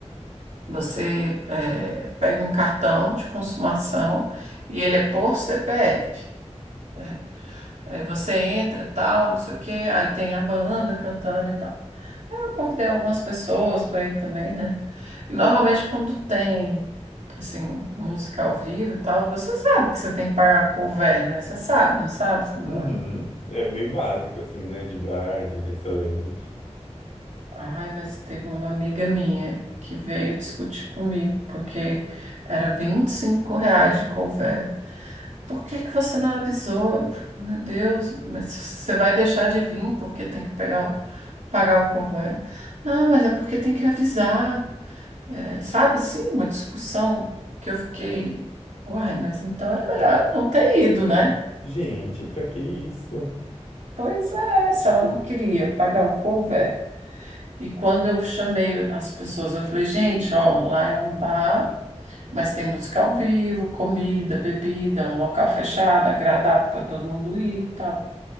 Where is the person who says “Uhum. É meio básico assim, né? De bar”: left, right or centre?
Left